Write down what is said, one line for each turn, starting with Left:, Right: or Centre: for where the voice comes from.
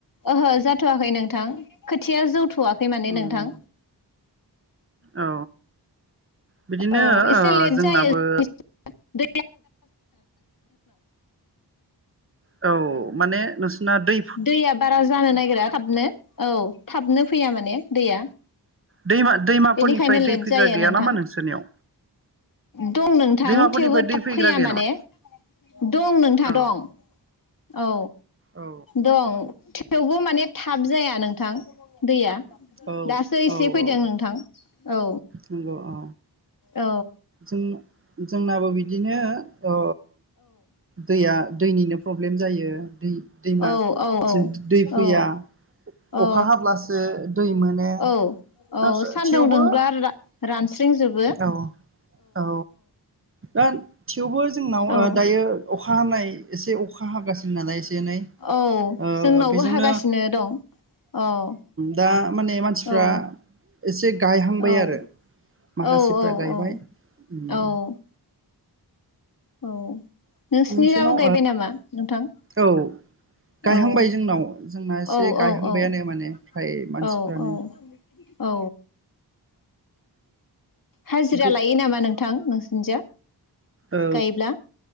Left: ओहो जाथ'वाखै नोंथां खोथिया जौथ'वाखै माने
Right: उम
Left: नोंथां।
Right: औ बिदिनो
Left: औ एसे
Right: ओ
Left: लेट
Right: जोंनाबो
Left: जायो <unintelligible> <unintelligible> <unintelligible>
Right: औ माने नोंसोरना दै
Left: दैया बारा जानो नागिरा थाबनो औ थाबनो फैया माने दैया।
Right: दैमा दैमाफोरनिफ्राय
Left: बेनिखायनो
Right: दै
Left: लेट
Right: फैग्रा
Left: जायो
Right: गैया
Left: नोंथां।
Right: नामा नोंसोरनियाव
Left: दं नोंथां
Right: दैमाफोरनिफ्राय
Left: थेवबो
Right: दै
Left: थाब
Right: फैग्रा
Left: फैया
Right: गैया
Left: माने
Right: नामा
Left: दं नोंथां
Right: औ
Left: दं। औ
Right: औ
Left: दं थेवबो माने थाब जाया नोंथां दैया
Right: औ
Left: दासो एसे
Right: औ
Left: फैदों
Right: औ
Left: नोंथां औ।
Right: नंगौ औ
Left: औ
Right: जों जोंनाबो बिदिनो ओ दैया दैनिनो प्र'ब्लेम जायो दै दैमा
Left: औ औ
Right: जों दै
Left: औ
Right: फैया
Left: औ
Right: अखा हाब्लासो दै मोनो
Left: औ औ
Right: आसा
Left: सानदुं
Right: थेवबो
Left: दुंब्ला
Right: औ
Left: रा रानस्रिंजोबो
Right: औ रान थेवबो जोंनाव
Left: औ
Right: दायो अख अखा हानाय एसे अखा हागासिनो नालाय एसे दिनै
Left: औ
Right: ओ
Left: जोंनावबो
Right: बेजोंनो
Left: हागासिनो दं औ
Right: दा माने मानसिफ्रा
Left: औ
Right: एसे गायहांबाय
Left: औ
Right: आरो
Left: औ
Right: माखासेफ्रा
Left: औ
Right: गायबाय उम।
Left: औ औ। नोंसिनि
Right: नोंसोरनाव
Left: जाबो गायबाय नामा नोंथां।
Right: ओ औ गायहांबाय
Left: औ
Right: जोंनाव जोंना
Left: औ
Right: एसे
Left: औ
Right: गायहांबायानो
Left: औ
Right: माने फ्राय मानसिफ्रानो
Left: औ औ औ। हाजिरा
Right: गो
Left: लायो नामा नों थां नोंसिनिजा।
Right: औ
Left: गायोब्ला